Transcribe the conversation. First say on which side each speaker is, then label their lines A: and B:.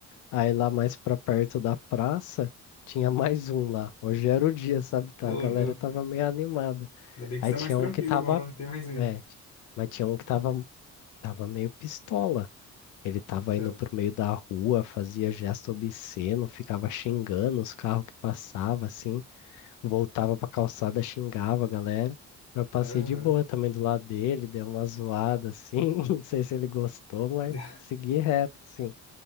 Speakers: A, on the left (about 80°); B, on the left (about 55°).
A: aí lá mais pra perto da praça, tinha <laughs> mais um lá. Hoje era o dia, sabe, tá?
B: Ô,
A: A galera
B: louco.
A: tava meio animada.
B: Ainda bem que
A: Aí
B: você tá
A: tinha
B: mais tranquilo
A: um que tava,
B: agora, não tem mais medo.
A: é, mas tinha um que tava, tava meio pistola, Ele tava
B: Então,
A: indo por meio da rua, fazia gesto obsceno, ficava xingando os carros que passavam, assim, voltava pra calçada, xingava a galera. Eu passei
B: aham.
A: de boa também do lado dele, dei uma zoada, assim, <laughs> não sei se ele gostou, mas
B: <laughs>
A: segui reto, assim.